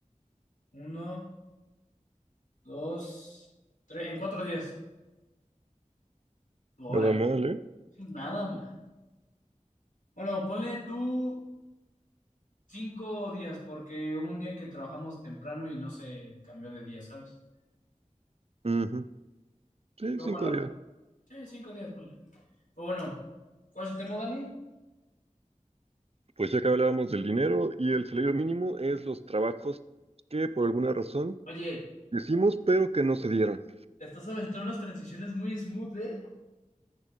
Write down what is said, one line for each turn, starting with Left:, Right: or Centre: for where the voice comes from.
Left: Uno, dos, tres, en cuatro días. Órale,
Right: Nada mal, ¿eh?
Left: nada más. Bueno, ponle tú cinco días, porque hubo un día que trabajamos temprano y no se cambió de día, ¿sabes?
Right: Ujú. Sí,
Left: Pero
Right: cinco
Left: bueno,
Right: días.
Left: sí, cinco días, ponle. Pero bueno, ¿cuál es el tema, Dani?
Right: Pues ya que hablábamos del dinero y el salario mínimo es los trabajos que por alguna razón
Left: Oye,
Right: hicimos pero que no se dieron.
Left: te estás aventando unas transiciones muy smooth, ¿eh?